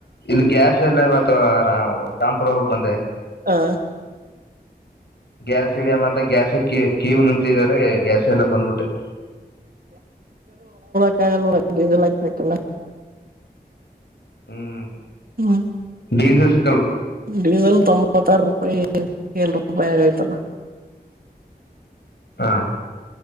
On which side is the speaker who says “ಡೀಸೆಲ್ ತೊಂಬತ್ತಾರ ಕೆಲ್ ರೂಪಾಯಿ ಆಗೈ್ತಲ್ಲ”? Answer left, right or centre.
Right